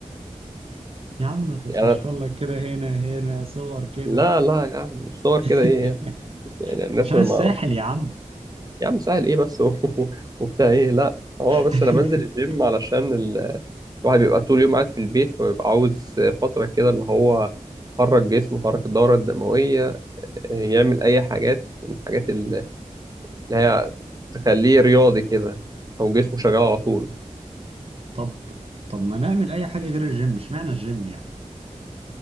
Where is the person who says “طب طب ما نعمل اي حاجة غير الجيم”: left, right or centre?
Right